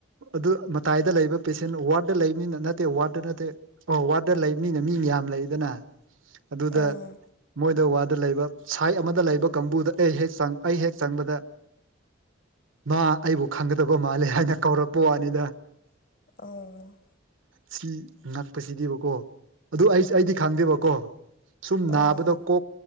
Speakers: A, on the right; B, on the left.
A: ꯑꯗꯨ ꯃꯇꯥꯏꯗ ꯂꯩꯕ ꯄꯦꯁꯦꯟ ꯋꯥꯔꯗ ꯂꯩꯕꯅꯤꯅ ꯅꯠꯇꯦ ꯋꯥꯔꯗ ꯅꯠꯇꯦ ꯑꯣ ꯋꯥꯗ ꯂꯩꯕ ꯃꯤꯅ ꯃꯤ ꯃꯌꯥꯝ ꯂꯩꯗꯅ ꯑꯗꯨꯗ
B: ꯎꯝ
A: ꯃꯣꯏꯗ ꯋꯥꯗ ꯂꯩꯕ ꯁꯥꯏ ꯑꯃꯗ ꯂꯩꯕ ꯀꯥꯡꯕꯨꯗ ꯑꯩ ꯍꯦꯛ ꯑꯩ ꯍꯦꯛ ꯆꯪꯕꯗ ꯃꯥ ꯑꯩꯕꯨ ꯈꯪꯒꯗꯕ ꯃꯥꯜꯂꯦ ꯍꯥꯏꯅ ꯀꯧꯔꯛꯄ ꯋꯥꯅꯤꯗ
B: ꯑ‌ꯣ
A: ꯁꯤ ꯅꯛꯄꯁꯤꯗꯦꯕꯀꯣ ꯑꯗꯨ ꯑꯩ ꯑꯩꯗꯤ ꯈꯪꯗꯦꯕꯀꯣ ꯁꯨꯝ ꯅꯥꯕꯗ
B: ꯎꯝ
A: ꯀ